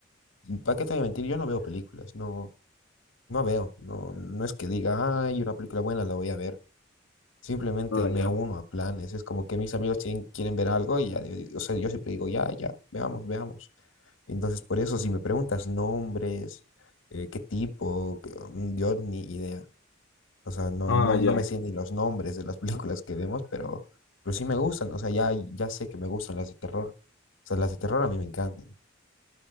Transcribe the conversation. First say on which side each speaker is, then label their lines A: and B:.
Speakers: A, on the left (about 75°); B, on the left (about 85°).
A: ¿para qué te voy a mentir? Yo no veo películas, no, No veo, no, no es que diga, ay, una película buena la voy a ver. Simplemente
B: Ah, ya.
A: me uno a planes. Es como que mis amigos tienen- quieren ver algo y ya, yo, yo- o sea, yo siempre digo, ya, ya, veamos, veamos. Entonces, por eso, si me preguntas nombres, eh, qué tipo, qué- mm, yo ni idea. O sea, no,
B: Ah,
A: no,
B: ya.
A: no me sé ni los nombres de las <laughs> películas que vemos, pero, pero sí me gustan. O sea, ya, ya sé que me gustan las de terror. O sea, las de terror a mí me encantan.